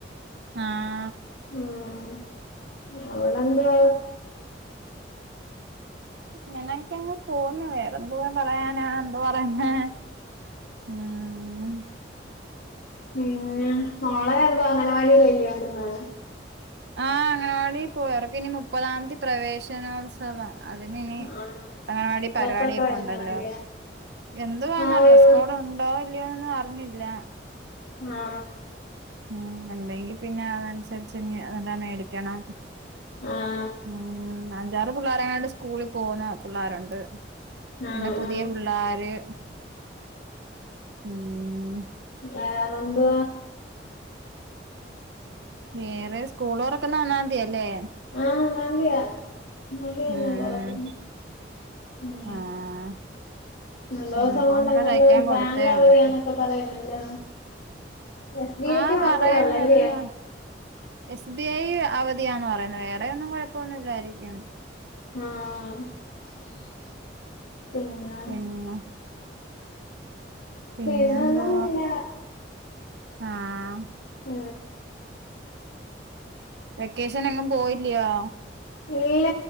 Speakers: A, on the right; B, on the left.
A: ആ
B: ഉം അവിടെന്തുവാ
A: ഞങ്ങളൊക്കെ അങ്ങു പോന്നു വെയർ എന്തുവാ പറയാനാ എന്തു പറയുന്നേ ഉം
B: പിന്നെ മോളേഎന്തോ അംഗനവാടിയില്ലല്ലേ വിടുന്നേ
A: ആ അംഗനവാടിപ്പോയി അവർക്കിനി മുപ്പതാം തീയതി പ്രവേശനോത്സ ത്സവം അതിനിനി
B: ആഹ്
A: അംഗനവാടി പരിപാടിയൊക്കെ
B: ഡ്രസ്സൊക്കെ മേടിക്കണല്ലേ
A: ഒണ്ടല്ലോ? എന്തുവേനം
B: ആഹ്
A: ഡ്രസ്സ്
B: ഒരു
A: കോഡ് ഉണ്ടോ ഇല്ലയോനൊന്നു അറിഞ്ഞില്ല.
B: ഹാ
A: ഉം. ഉണ്ടങ്കിപിന്നെ അതനുസരിച്ച് ഇനി അതെല്ലാം മേടിക്കണം.
B: ആഹ്
A: ഉം അഞ്ചാറ് പിള്ളോരങ്ങാട്ട് സ്കൂളിൽ പോകുന്ന പിള്ളേരുണ്ട്.
B: ആഹ്
A: പിന്നെ
B: ആഹ്
A: പുതിയ പിള്ളോര്. ഉം
B: വേറെന്താ
A: വേറെ സ്കൂൾ തുറക്കുന്ന ഒന്നാന്തിയല്ലേ?
B: ആ ഒന്നാന്തിയാ ഒന്നാന്തി തന്നാ
A: ഉം
B: തുറക്കുന്നേ. ഉം.
A: ആഹ്
B: രണ്ടു ദിവസം
A: യൂണിഫോം
B: കൊണ്ട്
A: ഒക്കെ
B: എങ്ങാണ്ട്
A: തയ്ക്കാൻ കൊടുത്തേ
B: ബാങ്ക് അവധിയാണന്ന്
A: ഉള്ളൂ
B: ഒക്കെ പറയുന്നല്ലോ? എസ് ബി
A: ആഹ്
B: ഐക്ക് മാത്രമേ
A: പറയുന്ന
B: ഉള്ളല്ലേ?
A: എന്തുവാ എസ് ബി ഐ അവധി യാന്ന് പറയുന്നത് വേറെ ഒന്നും കുഴപ്പമൊന്നുമില്ലായിരിക്കും.
B: ആഹ്പിന്നെ
A: പിന്നെ പിന്നെന്താ
B: പിന്നൊന്നുമില്ല
A: ആഹ്
B: ആ
A: വെക്കേഷൻ എങ്ങുപോയില്ലയോ?
B: ഇല്ല